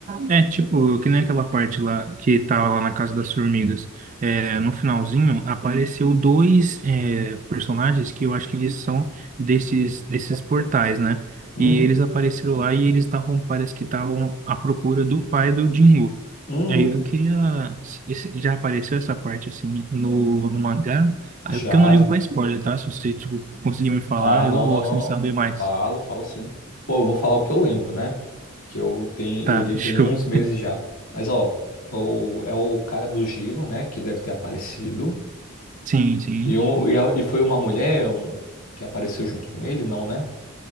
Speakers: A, on the right; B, on the left.
A: É, tipo, que nem aquela parte lá que tava lá na Casa das Formigas. É, no finalzinho apareceu dois é, personagens que eu acho que eles são desses, desses portais, né?
B: Uhum,
A: E eles apareceram lá e eles estavam, parece que estavam à procura do pai do Jinwoo.
B: uhum.
A: Aí eu queria. esse- Já apareceu essa parte assim no, no mangá? Aí,
B: Já,
A: porque eu não ligo pra spoiler, tá? Se você, tipo, conseguir me falar,
B: Ah, não,
A: eu gosto
B: não, não, não.
A: de saber mais.
B: Falo, falo sim. Pô, eu vou falar o que eu lembro, né? Que eu tenho,
A: Tá,
B: eu li
A: <laughs>
B: tem
A: fechou.
B: uns meses já. Mas, ó, o, é o cara do gelo, né? Que deve ter aparecido.
A: Sim, sim.
B: E, um, e, a- e foi uma mulher um, que apareceu junto com ele, não, né?